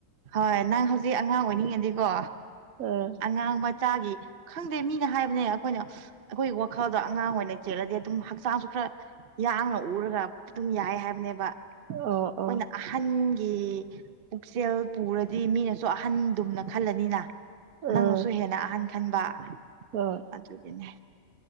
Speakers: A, on the right; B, on the right.
A: ꯍꯣꯏ ꯅꯪ ꯍꯧꯖꯤꯛ ꯑꯉꯥꯡ ꯑꯣꯏꯅꯤꯡꯉꯗꯤꯀꯣ
B: ꯑꯥ
A: ꯑꯉꯥꯡ ꯃꯆꯥꯒꯤ ꯈꯪꯗꯦ ꯃꯤꯅ ꯍꯥꯏꯕꯅꯦ ꯑꯈꯣꯏꯅ ꯑꯩꯈꯣꯏꯒꯤ ꯋꯥꯈꯜꯗ ꯑꯉꯥꯡ ꯑꯣꯏꯅ ꯆꯦꯜꯂꯗꯤ ꯑꯗꯨꯝ ꯍꯛꯆꯥꯡꯁꯨ ꯈꯔ ꯌꯥꯡꯅ ꯎꯔꯒ ꯑꯗꯨꯝ ꯌꯥꯏ ꯍꯥꯏꯕꯅꯦꯕ꯫
B: ꯑꯣ
A: ꯑꯩꯈꯣꯏꯅ
B: ꯑꯣ
A: ꯑꯍꯟꯒꯤ ꯄꯨꯛꯆꯦꯜ ꯄꯨꯔꯗꯤ ꯃꯤꯅꯁꯨ ꯑꯍꯟꯗꯨꯝꯅ ꯈꯜꯂꯅꯤꯅ꯫
B: ꯑꯥ
A: ꯅꯪꯅꯁꯨ ꯍꯦꯟꯅ ꯑꯍꯟ ꯈꯟꯕ
B: ꯍꯣꯏ
A: ꯑꯗꯨꯒꯤꯅꯦ